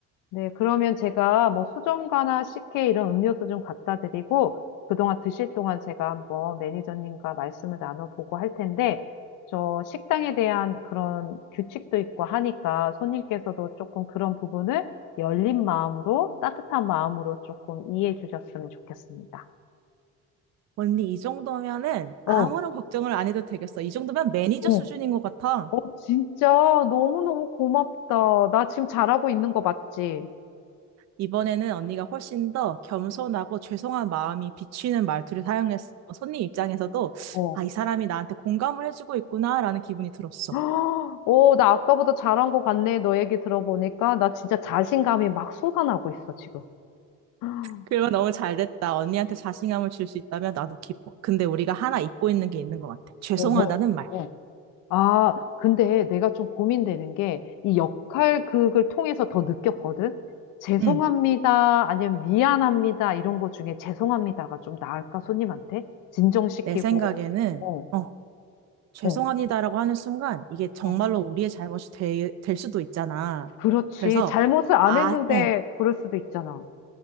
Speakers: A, on the left; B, on the right.
A: 네, 그러면 제가 뭐 수정과나 CK 이런 음료수 좀 갖다 드리고 그동안 드실 동안 제가 한번 매니저님과 말씀을 나눠보고 할 텐데 저 식당에 대한 그런 규칙도 있고 하니까 손님께서도 조금 그런 부분을 열린 마음으로 따뜻한 마음으로 조금 이해해 주셨으면 좋겠습니다.
B: 언니, 이 정도면은
A: 어,
B: 아무런 걱정을 안 해도 되겠어. 이 정도면 매니저
A: 어,
B: 수준인 것 같아.
A: 진짜 너무너무 고맙다. 나 지금 잘하고 있는 거 맞지?
B: 이번에는 언니가 훨씬 더 겸손하고 죄송한 마음이 비치는 말투를 사용해서 손님 입장에서도
A: 어.
B: 아, 이 사람이 나한테 공감을 해주고 있구나라는 기분이 들었어.
A: 헉, 오, 나 아까보다 잘한 것 같네. 너 얘기 들어보니까. 나 진짜 자신감이 막 솟아나고 있어, 지금. 헉,
B: 그러면 너무 잘 됐다. 언니한테 자신감을 줄 수 있다면 나도 기뻐. 근데 우리가 하나 잊고 있는 게 있는 것 같아. 죄송하다는
A: 어, 뭐,
B: 말.
A: 어. 아, 근데 내가 좀 고민되는 게, 이 역할극을 통해서 더 느꼈거든? 죄송합니다,
B: 응.
A: 아니면 미안합니다, 이런 거 중에 죄송합니다가 좀 나을까, 손님한테? 진정시키고,
B: 내 생각에는
A: 어,
B: 어, 죄송합니다라고
A: 어,
B: 하는 순간 이게 정말로
A: 어.
B: 우리의 잘못이 되, 될 수도 있잖아.
A: 그렇지.
B: 그래서
A: 잘못을 안
B: 아,
A: 했는데,
B: 어,
A: 그럴 수도 있잖아.